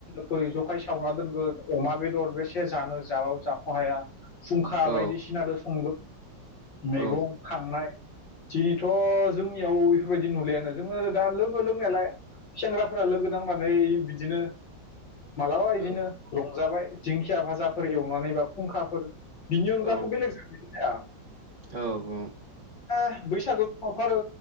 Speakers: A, on the left; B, on the right.
A: फै जखाय सावना दोनगोन अमा बेदर बेसे जानो जाबाव जाख'हाया फुंखा
B: औ
A: बायदिसिना जों संदों मैगं
B: औ
A: खांनाय दिनैथ' जोंनियाव एफोरबायदि नुलायानो जोङो दा लोङो लोंनायालाय सेंग्राफोरा लोगो नांनानै बिदिनो मालाबा बिदिनो
B: औ
A: रंजाबाय दिंखिया भाजाफोर एवनानै बा खुंखाफोर बिनि अनगाथ'
B: औ
A: बेलेग जानाय जाया
B: औ औ
A: ओ बैसागु समावथ आरो